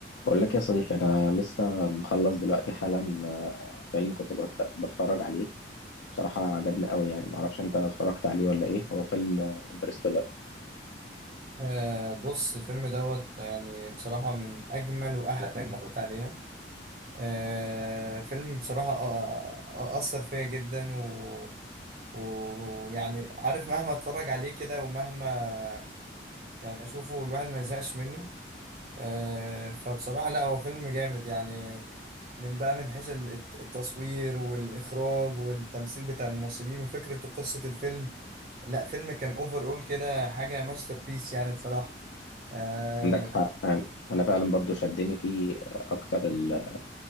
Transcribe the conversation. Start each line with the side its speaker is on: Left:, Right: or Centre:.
Left: بقول لك يا صديقي انا لسه مخلص دلوقتي حالا آه، فيلم كنت بت- بتفرج عليه بصراحة عجبني قوي يعني معرفش انت اتفرجت عليه ولا ايه هو فيلم انترستيلر
Right: آه بص الفيلم دوت يعني بصراحة من أجمل وأحلى الأفلام اللي اتفرجت عليها آه فيلم بصراحة آه، آه، أثر فيا جدا و ويعني عارف مهما أتفرج عليه كده ومهما يعني أشوفه الواحد ما يزهقش منه آه فبصراحة لا هو فيلم جامد يعني من بقى من حيث ال- الت- التصوير والإخراج والتمثيل بتاع الممثلين وفكرة وقصة الفيلم لا فيلم كان أوفر أول كده حاجة ماستر بيس يعني بصراحة آه،
Left: عندك حق يعني انا فعلا برضو شدني فيه آه، اكتر ال-